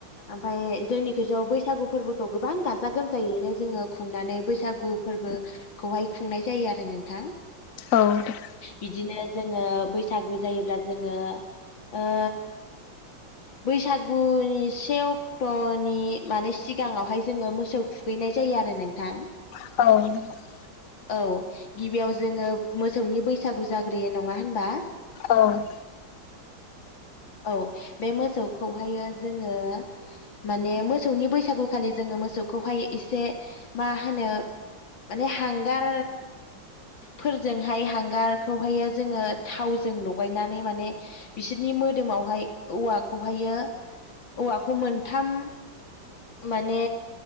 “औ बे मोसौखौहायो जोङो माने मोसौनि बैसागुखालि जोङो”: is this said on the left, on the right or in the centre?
Left